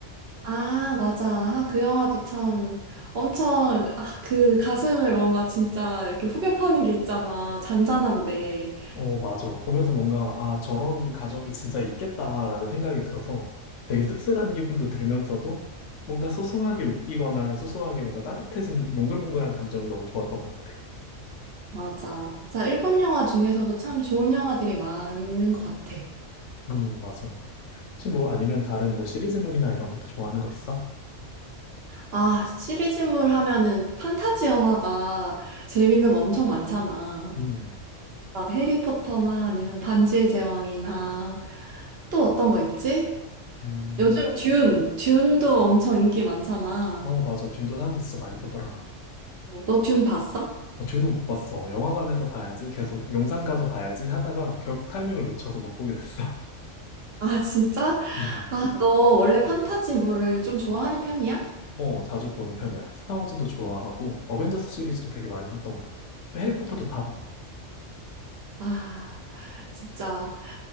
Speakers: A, on the right; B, on the left.
A: 아, 맞아. 아, 그 영화도 참 엄청 아, 그 가슴을 뭔가 진짜 이렇게 후벼 파는 게 있잖아. 잔잔한데.
B: 어, 맞아. 보면서 뭔가, 아, 저런 가정이 진짜 있겠다라는 생각이 들어서 되게 씁쓸한 기분도 들면서도 뭔가 소소하게 웃기거나 소소하게 뭔가 따뜻해지는 몽글몽글한 감정이 너무 좋았던 것 같아.
A: 맞아. 자, 일본 영화 중에서도 참 좋은 영화들이 많은 것 같아.
B: 음, 맞아. 혹시 뭐 아니면 다른 뭐 시리즈물이나 이런 것도 좋아하는 거 있어?
A: 아, 시리즈물 하면은 판타지 영화가 재밌는 거 엄청 많잖아.
B: 음,
A: 막 해리포터나 아니면 반지의 제왕이나 또 어떤 거 있지?
B: 음.
A: 요즘 듄, 듄도 엄청 인기 많잖아.
B: 어, 맞아. 듄도 사람들 진짜 많이 보더라.
A: 어, 너듄 봤어?
B: 어, 듄은 못 봤어. 영화관에서 봐야지. 계속 용산 가서 봐야지 하다가 결국 타이밍을 놓쳐서 못 보게 됐어.
A: 아, 진짜?
B: <laughs> 음.
A: 너 원래 판타지물을 좀 좋아하는 편이야?
B: 어, 자주 보는 편이야. 스타워즈도 좋아하고, 어벤져스 시리즈도 되게 많이 봤던 것 같아. 해리포터도 다 봤,
A: 아, 진짜,